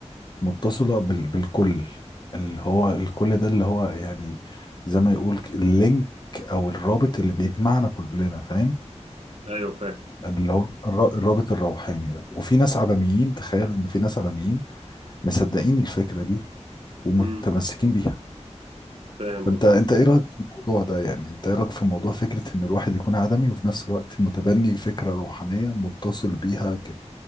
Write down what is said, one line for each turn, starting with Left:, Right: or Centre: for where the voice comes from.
Left: متصلة بال بالكل اللي هو الكل ده اللي هو يعني زي ما يقول ك- اللينك او الرابط اللي بيجمعنا كلنا فاهم
Right: ايوه فاهم
Left: اللي هو الر- الرابط الروحاني ده وفي ناس عدميين تخيل ان في ناس عدميين مصدقين الفكرة دي ومتمسكين
Right: امم
Left: بيها
Right: فاهم
Left: فانت
Right: قصدك
Left: انت ايه رايك في الموضوع ده يعني انت ايه رايك في موضوع فكره ان الواحد يكون عدمي وفي نفس الوقت متبني فكره روحانيه متصل بيها ك...